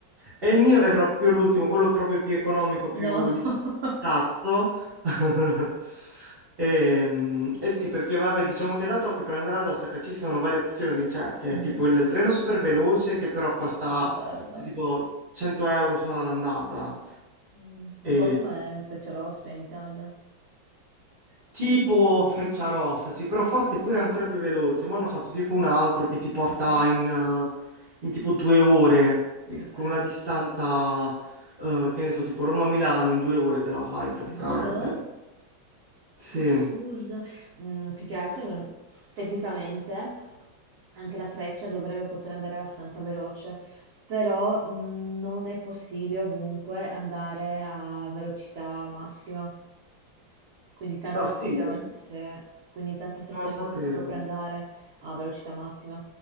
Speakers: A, on the right; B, on the right.
A: E il mio era proprio l'ultimo, quello proprio più economico, più,
B: No.
A: diciamo,
B: <laughs>
A: scarso. <laughs> E, e sì, perché vabbè, diciamo che da Tokyo per andare ad Osaka ci sono varie opzioni, cioè c'è
B: Mhm.
A: tipo il, il treno super veloce che però costa
B: Che bello.
A: cioè, tipo 100 euro solo all'andata.
B: Mm, Un
A: E,
B: po' come Frecciarossa in Italia.
A: Tipo Freccia Rossa, sì, però forse pure ancora più veloce. Ma hanno fatto tipo un altro che ti porta
B: Ah sì?
A: in, eh, in tipo due ore,
B: Che bello.
A: con una distanza, eh, che ne so, tipo Roma-Milano, in due ore te la fai praticamente.
B: Mado?
A: Sì.
B: Assurdo. Mm, più che altro, non- tecnicamente, anche la freccia dovrebbe poter andare abbastanza veloce, però mm, non è possibile ovunque andare a velocità massima. Quindi tante
A: Ah,
B: stazioni,
A: sì? Non
B: se- quindi tante stazioni
A: lo sapevo.
B: possono proprio andare a velocità massima.